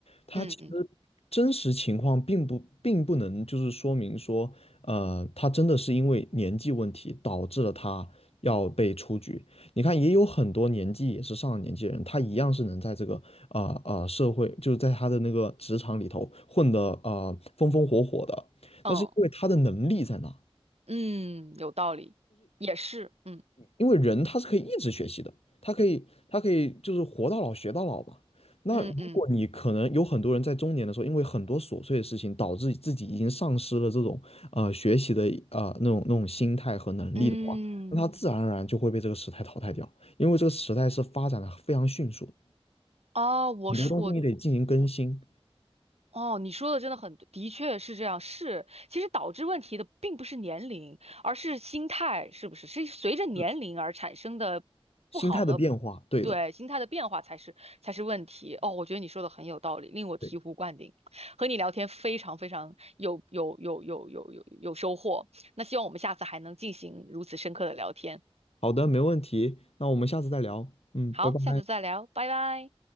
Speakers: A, on the left; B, on the right.
A: 它其实真实情况并不并不能就是说明说，
B: 嗯嗯
A: 呃，他真的是因为年纪问题导致了他要被出局。你看，也有很多年纪也是上了年纪的人，他一样是能在这个啊啊、呃呃社会，就是在他的那个职场里头混得啊、呃风风火火的。
B: 嗯
A: 但是因为他的能力在那，
B: 嗯，有道理，也是，嗯
A: 因为人他是可以一直学习的，他可以他可以就是活到老学到老嘛。那如果你可能有很多人在中年的时候，
B: 嗯嗯
A: 因为很多琐碎的事情，导致自己已经丧失了这种呃学习的啊那种那种心态和能力的话，
B: 嗯。
A: 那他自然而然就会被这个时代淘汰掉，因为这个时代是发展的非常迅速的。
B: 啊，我是我
A: 很多东西你得进行更新，
B: 哦，你说的真的很对，的确是这样。是，其实导致问题的并不是年龄，而是心态，是不是？是随着年龄而产生的不好的，
A: 是心态的变化。对的，
B: 对，心态的变化才是才是问题。哦，我觉得你说的很有道理，令我醍醐灌顶。
A: 对，
B: 和你聊天非常非常有有有有有有有收获。那希望我们下次还能进行如此深刻的聊天。
A: 好的，没问题。那我们下次再聊。嗯，
B: 好，
A: 拜拜。
B: 下次再聊，拜拜。